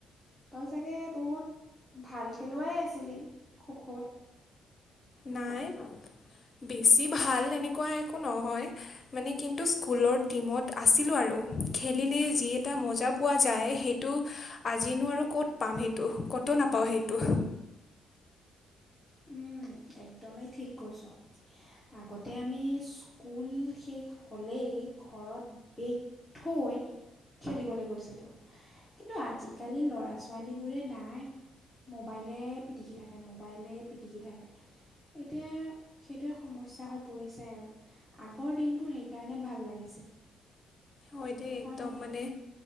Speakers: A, in the centre; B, on the left.
A: তই চাগে বহুত ভাল খেলুৱাই আছিলি খ' খ'ত
B: নাই বেছি ভাল এনেকুৱা একো নহয় মানে কিন্তু স্কুলৰ টিমত আছিলোঁ আৰু খেলিলে যি এটা মজা পোৱা যায় সেইটো আজিনো আৰু ক'ত পাম সেইটো কোটো নাপাওঁ সেইটো
A: উম একদমেই ঠিক কৈছ আগতে আমি স্কুল শেষ হ'লেই ঘৰত বেগ থৈ খেলিবলৈ গৈছিলোঁ কিন্তু আজিকালি ল'ৰা ছোৱালীবোৰে নাই মোবাইলে পিটিকি থাকে মোবাইলে পিটিকি থাকে এতিয়া সেইটোৱে সমস্যা হৈ পৰিছে আৰু আগৰ দিনবোৰ সেইকাৰণে ভাল লাগিছিল
B: হয় দেই
A: হয়নে
B: একদম
A: নাই
B: মানে